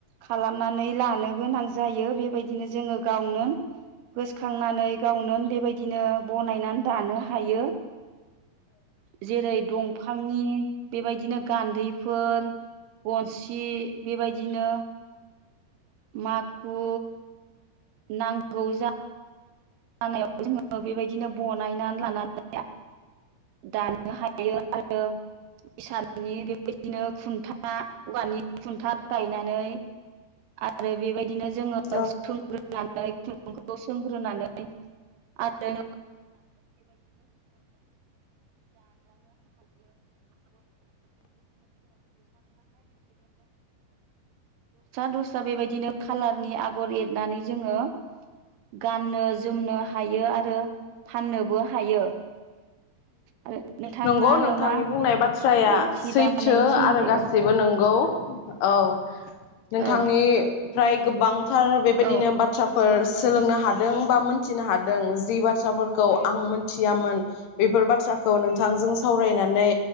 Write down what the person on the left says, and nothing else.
औ
नंगौ
नोंथांनि
बुंनाय बाथ्राया
सैथो
आरो गासैबो
नंगौ औ। नोंथांनिफ्रा
य गोबां थार बेबायदिनो
बाथ्राफोर सोलोंनो हादों बा मोन थिनो हादों जिबा थ्राफोरखौ
आं मिथियामोन। बेफोर बाथ्राखौ नोंथांजों सावरायनानै